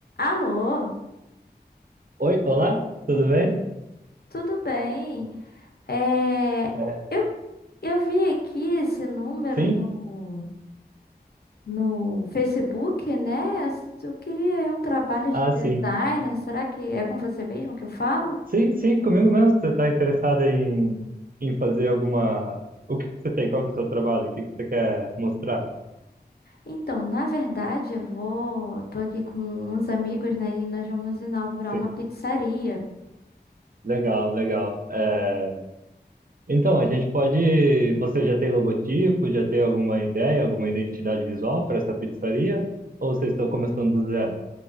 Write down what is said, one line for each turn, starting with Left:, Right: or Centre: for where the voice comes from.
Left: Alô,
Right: Oi, olá, tudo bem?
Left: tudo bem? É,
Right: É,
Left: eu, eu vi aqui esse número
Right: sim?
Left: no, no Facebook, né? Eu queria aí um trabalho de
Right: Ah,
Left: designer.
Right: sim.
Left: Será que é com você mesmo que eu falo?
Right: Sim, sim, comigo mesmo. Você está interessado em, em fazer alguma. O que que você tem? Qual que é o seu trabalho? O que que você quer mostrar?
Left: Então, na verdade, eu vou, tô aqui com uns amigos, né? E nós vamos inaugurar
Right: Sim,
Left: uma pizzaria.
Right: legal, legal. É, Então, a gente pode. Você já tem logotipo? Já tem alguma ideia, alguma identidade visual para essa pizzaria? Ou vocês estão começando do zero?